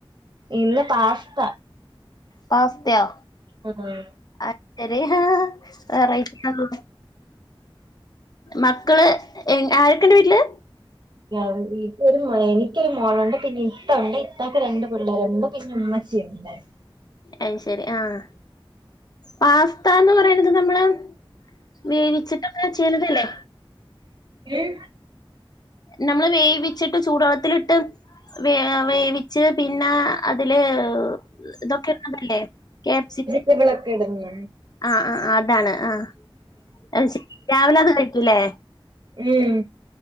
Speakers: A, on the right (about 55°); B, on the left (about 45°).
A: ഇന്ന് പാസ്ത
B: പാസ്തയോ
A: ഉം
B: ആ <unintelligible> വെറൈറ്റിയാണല്ലോ മക്കള് ആരൊക്കെണ്ട് വീട്ടില്
A: ആഹ് എനിക്കൊരു മോനാ എനിക്കൊരു മോളൊണ്ട് പിന്നെ ഇത്ത ഒണ്ട് ഇത്താക്ക് രണ്ട് പിള്ളാരുണ്ട് പിന്നെ ഉമ്മ ച്ചിണ്ട്
B: അയ് ശരി ആഹ് പാസ്താന്ന് പറയ്ണത് നമ്മളെ വേവിച്ചിട്ടൊക്കെ ചെയ്ണതല്ലേ
A: ഉം
B: നമ്മള് വേവിച്ചിട്ട് ചൂടെള്ളത്തിലിട്ട് വേ വേവി ച്ച് പിന്നെ അതില് ഇതൊക്കെ ഇടണതല്ലേ ക്യാപ്‌സി
A: <unintelligible> ഇടുന്നു
B: ആ ആഹ് അതാണ് ആഹ് അയ് ശ രാവിലെ അത് കഴിക്കൂല്ലേ
A: ഉം